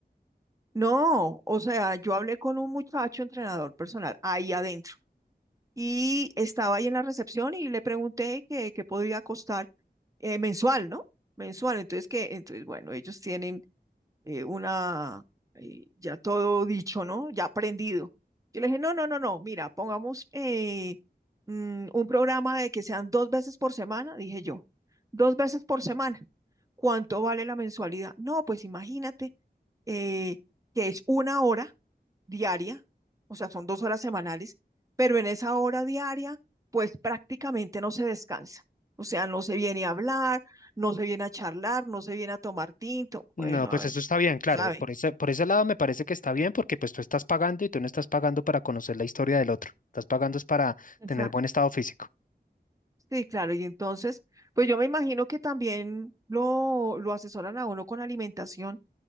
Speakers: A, on the right (about 20°); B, on the left (about 50°).
A: no, o sea, yo hablé con un muchacho entrenador personal ahí adentro y estaba ahí en la recepción y le pregunté que, que podría costar eh, mensual, ¿no? Mensual. Entonces, que, entonces, bueno, ellos tienen eh, una, eh, ya todo dicho, ¿no? Ya aprendido. Yo le dije, no, no, no, no, mira, pongamos eh, mm, un programa de que sean dos veces por semana, dije yo, dos veces por semana. ¿Cuánto vale la mensualidad? No, pues imagínate eh, que es una hora diaria, o sea, son dos horas semanales, pero en esa hora diaria, pues prácticamente no se descansa. O sea, no se viene a hablar, no se viene a charlar, no se viene a tomar tinto.
B: No,
A: Bueno,
B: pues
A: a ver,
B: eso está bien, claro.
A: ¿sabe?
B: Por ese, por ese lado me parece que está bien porque pues tú estás pagando y tú no estás pagando para conocer la historia del otro. Estás pagando es para
A: O
B: tener
A: sea,
B: buen estado físico.
A: sí, claro. Y entonces, pues yo me imagino que también lo, lo asesoran a uno con alimentación,